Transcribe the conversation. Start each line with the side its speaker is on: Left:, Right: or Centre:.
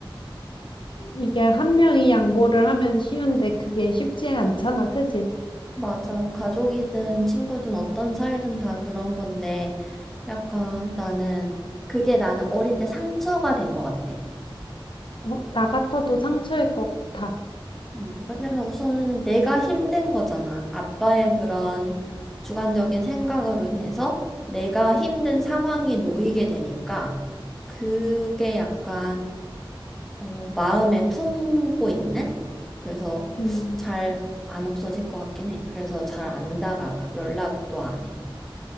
Left: 이게 한 명이 양보를 하면 쉬운데 그게 쉽지 않잖아, 그지?
Centre: 맞아. 가족이든 친구든 어떤 사이든 다 그런 건데, 약간 나는, 그게 나는 어릴 때 상처가 된 것 같아.
Left: 어? 나 같아도 상처일 것 같아.
Centre: 음, 왜냐면 우선은 내가 힘든 거잖아. 아빠의 그런 주관적인 생각으로 인해서 내가 힘든 상황이 놓이게 되니까, 그게 약간, 어, 마음에 품고 있는? 그래서
Left: 음.
Centre: 잘 안 없어질 것 같긴 해. 그래서 잘 안 다가가. 연락도 안 해.